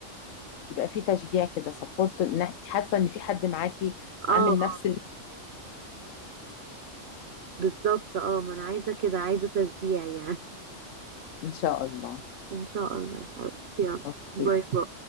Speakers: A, on the left (about 90°); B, on the right (about 60°).
A: يبقى في تشجيع كده سبورت حاسة ان في حد معاكي
B: اه
A: عامل
B: اه
A: نفس اللي
B: بالظبط اه ما انا عايزة كده عايزة تشجيع يعني
A: ان شاء الله
B: <laughs> ان شاء الله يا حبيبتي يلا
A: أوكي.
B: باي باي